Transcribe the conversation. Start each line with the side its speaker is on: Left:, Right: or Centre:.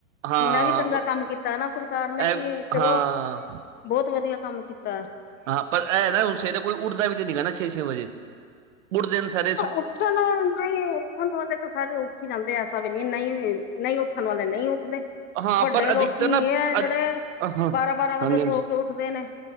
Right: ਹਾਂ
Left: ਹੁਣ ਇਹ ਵੀ ਚੰਗਾ
Right: ਉਹ
Left: ਕੰਮ ਕੀਤਾ ਨਾ ਸਰਕਾਰ ਨੇ
Right: ਇਹ
Left: ਕਿ ਚਲੋ
Right: ਹਾਂ
Left: ਬਹੁਤ ਵਧੀਆ ਕੰਮ ਕੀਤਾ।
Right: ਹਾਂ ਪਰ ਏਹ ਨਾ ਸਵੇਰੇ ਕੋਈ ਉੱਠਦਾ ਵੀ ਤਾਂ ਨਹੀਂ ਗਾ ਛੇ, ਛੇ ਵਜੇ ਉੱਠ ਦਿਨ ਸਾਰ,
Left: ਉੱਠਣ ਨਈ ਉੱਠਣ ਵਾਲੇ ਤਾਂ ਸਾਰੇ ਉੱਠ ਹੀ ਜਾਂਦੇ ਐਸਾ ਵੀ ਨਹੀ, ਨਹੀ ਨਈ ਉੱਠਣ ਵਾਲੇ ਨਈ ਉੱਠਦੇ
Right: ਹਾਂ
Left: ਵੱਡੇ
Right: ਪਰ
Left: ਲੋਕੀ
Right: ਅਧਿਕਤਰ ਨਾ
Left: ਇਹ ਆ
Right: ਅ
Left: ਜਿਹੜੇ,
Right: ਹਾਂ
Left: ਬਾਰਾਂ ਬਾਰਾਂ ਵਜੇ
Right: ਹਾਂਜੀ
Left: ਸੋ
Right: ਹਾਂਜੀ
Left: ਕੇ ਉੱਠਦੇ ਨੇ